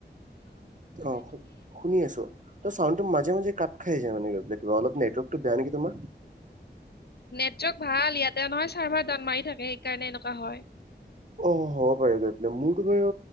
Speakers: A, on the right; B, on the left.
A: অহ, শুনি আছো ত' চাউণ্ডটো মাজে -মাজে কাট খাই যায় মানে কিবা অলপ নেটৱৰ্ক টো বেয়া নেকি তোমাৰ?
B: নেটৱৰ্ক ভাল ইয়াতে নহয় চাৰ্ভাৰ দাউন মাৰি থাকে সেইকাৰণে এনেকুৱা হয়।
A: অহ, হ'ব পাৰে গৈ পেলা মোৰতো বাৰু